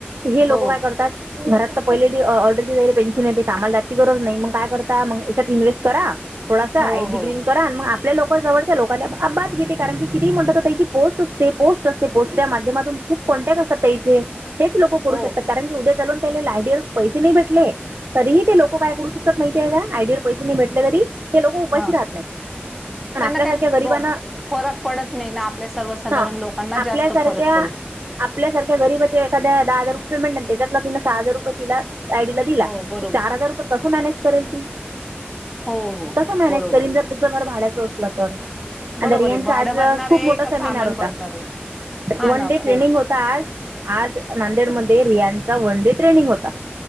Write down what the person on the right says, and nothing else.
हे लोक
काय करतात, घरात तर पहिले ऑर्डर दि जायले पेन्शन येते कामाल जायची गरज नाही. मग काय करता मग याच्यात इन्व्हेस्ट करा थोडासा
हय डिग्रीन
करा. मग आपल्या लोक जवळ लोकाला बात घेते. कारण की किती म्हणतात तर त्याची पोस्ट असते पोस्ट असते पोस्टच्या माध्यमातून खूप कोन्टॅक्ट असतात त्याचे. हेच लोक करू
शकतात, कारण की उद्या चालून त्या लायडीवर पैसे नाही भेटले. तरीही ते लोक काय करू शकतात माहिती आहे का? आयडीवर पैसे नाही भेटले तरी, ते लोक उपाशी
राहत नाही. आणि
आपल्यासारख्या
गरिबांना
हां
आपल्यासारख्या
आपल्यासारख्या गरीबाच्या एखाद्या दहा हजार रुपये पेमेंट, त्याच्यातला तिनं सहा हजार रुपये तिला आयडी ला दिला.
तर कस मॅनेज करेल ती.
कस
मॅनेज
करीन जर तिचं घर भाड्याचं असलं तर. आ
दरि यांचा
आज
खूप
मोठा
सेमिनार
होता.
वन
डे
ट्रेनिग होती ता आज. आज नांदेडमध्येध्ये रियांचा वन डे ट्रेनिंग होता.